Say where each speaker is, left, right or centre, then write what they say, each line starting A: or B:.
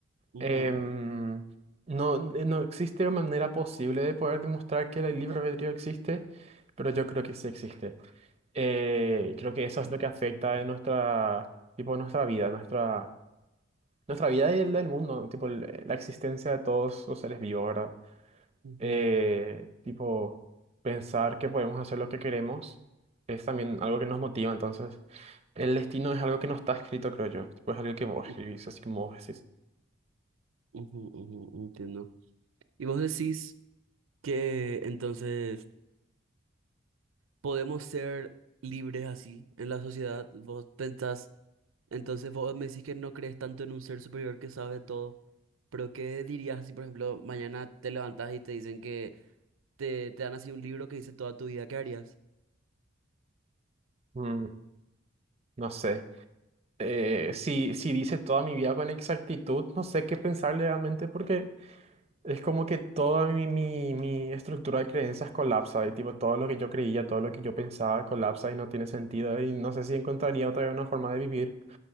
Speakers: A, on the right; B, on the right.
A: Ujú,
B: Em, no, eh, no existe manera posible de poder demostrar que el libre albedrío existe, pero yo creo que sí existe. Eh, creo que eso es lo que afecta en nuestra, tipo, nuestra vida, nuestra, nuestra vida y el del mundo, tipo, el- la existencia de todos los seres vivos, ¿verdad?
A: ujú,
B: Eh, tipo, pensar que podemos hacer lo que queremos es también algo que nos motiva, entonces, el destino es algo que no está escrito, creo yo, tipo, es algo que vos
A: u-
B: escribís, así como vos decís.
A: ujú, ujú, entiendo. Y vos decís que entonces podemos ser libres así en la sociedad. Vos pensás, entonces vos me decís que no crees tanto en un ser superior que sabe todo, pero ¿qué dirías si, por ejemplo, mañana te levantás y te dicen que te, te dan así un libro que dice toda tu vida, ¿qué harías?
B: Mm, no sé. Eh, si, si dice toda mi vida con exactitud, no sé qué pensar realmente porque... Es como que toda mi, mi, mi estructura de creencias colapsa y tipo todo lo que yo creía, todo lo que yo pensaba colapsa y no tiene sentido y no sé si encontraría otra vez una forma de vivir.